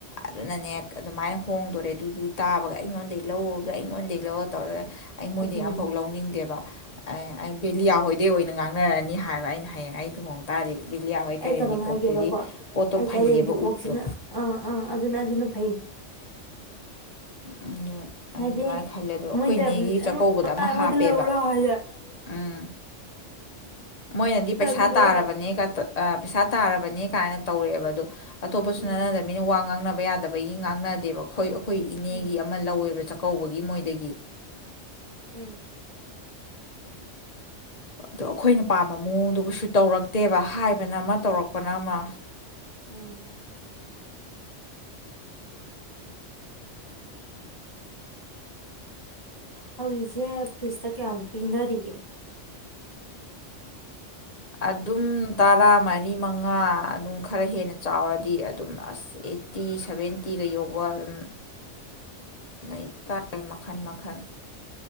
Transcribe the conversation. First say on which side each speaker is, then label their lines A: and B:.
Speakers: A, on the left; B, on the left.
A: ꯑꯗꯨꯅꯅꯦ ꯑꯗꯨꯃꯥꯏꯅ ꯍꯣꯡꯗꯣꯔꯦ ꯑꯗꯨꯗꯨ ꯇꯥꯕꯒ ꯑꯩꯉꯣꯟꯗꯩ ꯂꯧ ꯑꯗꯨ ꯑꯩꯉꯣꯟꯗꯩ ꯂꯧꯔ ꯇꯧꯔ ꯑꯩ ꯃꯣꯏꯗꯒꯤ
B: ꯑꯗꯨꯅꯦ
A: ꯑꯃꯕꯨꯛ ꯂꯧꯅꯤꯡꯗꯦꯕ ꯑꯦ ꯑꯩ ꯕꯦꯂꯤ ꯌꯥꯍꯣꯏꯗꯩ ꯑꯣꯏꯅ ꯉꯥꯡꯅꯔꯅꯤ ꯍꯥꯏꯕ ꯑꯩꯅ ꯍꯦ ꯍ ꯂꯨꯍꯣꯡ ꯇꯥ ꯕꯤꯂꯤꯌꯥ ꯍꯣꯏ
B: ꯑꯩ
A: ꯀꯔꯦꯝꯕꯤ
B: ꯀꯩꯅꯣꯝ
A: ꯈꯣꯛꯇꯗꯤ
B: ꯍꯥꯏꯒꯦꯕꯀꯣ
A: ꯄꯣꯠꯇꯣ
B: ꯑꯩ
A: ꯐꯩꯌꯦꯕ
B: ꯀꯩꯔꯦꯝ ꯄꯤꯈꯣꯛꯁꯤꯅ
A: ꯎꯗꯣ
B: ꯑꯥ ꯑꯥ ꯑꯗꯨꯅ ꯑꯗꯨꯅ ꯐꯩ
A: ꯑꯗꯨ ꯑꯩ
B: ꯍꯥꯏꯗꯤ
A: ꯑꯗꯨꯃꯥꯏꯅ ꯈꯜꯂꯦ ꯑꯗꯣ ꯑꯩꯈꯣꯏꯅꯦꯒꯤ
B: ꯃꯣꯏꯗ
A: ꯆꯥꯛꯀꯧꯕꯗ ꯑꯃ
B: ꯑꯩꯉꯣꯟꯗ
A: ꯍꯥꯞꯄꯦꯕ
B: ꯂꯧ ꯂꯥꯎ ꯍꯥꯏꯗ
A: ꯎꯝ ꯃꯣꯏꯅꯗꯤ
B: ꯇꯥꯕꯤꯔꯛꯑꯣꯏꯕ
A: ꯄꯩꯁꯥ ꯇꯥꯔꯕꯅꯦꯒ ꯄꯩꯁꯥ ꯇꯥꯔꯕꯅꯤ ꯀꯥꯏꯅ ꯇꯧꯔꯛꯦꯕ ꯑꯗꯨꯣ ꯑꯇꯣꯞꯄꯁꯨ
B: ꯎꯝ
A: ꯅꯅꯗꯕ ꯃꯤꯅ ꯋꯥ ꯉꯥꯡꯅꯕ ꯌꯥꯗꯕꯒꯤ ꯉꯥꯡꯅꯗꯦꯕ ꯑꯩꯏ ꯑꯩꯈꯣꯏ ꯏꯅꯦꯒꯤ
B: ꯎꯝ
A: ꯑꯃ ꯂꯧꯋꯦꯕ ꯆꯠ ꯀꯧꯕꯒꯤ ꯃꯣꯏꯗꯒꯤ
B: ꯎꯝ
A: ꯑꯗꯣ ꯑꯈꯣꯏꯅ ꯄꯥꯝꯕ ꯃꯑꯣꯡꯗꯨ ꯀꯩꯁꯨ ꯇꯧꯔꯛꯇꯦꯕ ꯍꯥꯏꯕꯅ ꯑꯃ ꯇꯧꯔꯛꯄꯅ ꯑꯃ
B: ꯎꯝ <unintelligible> ꯍꯧꯖꯤꯛꯁꯦ ꯐ꯭ꯔꯤꯖꯇ ꯀꯌꯥꯃꯨꯛ ꯄꯤꯅꯔꯤꯒꯦ
A: ꯑꯗꯨꯝ ꯇꯔꯥ ꯃꯔꯤ ꯃꯉꯥ ꯑꯗꯨꯝ ꯈꯔ ꯍꯦꯟꯅ ꯆꯥꯎꯔꯗꯤ ꯑꯗꯨꯝ ꯑꯁ ꯑꯦ ꯐꯤꯇꯤ ꯁꯚꯦꯟꯇꯤꯒ ꯌꯧꯕ ꯑꯗꯨꯝ ꯂꯩꯕ ꯇꯥꯔꯦ ꯃꯈꯜ ꯃꯈꯜ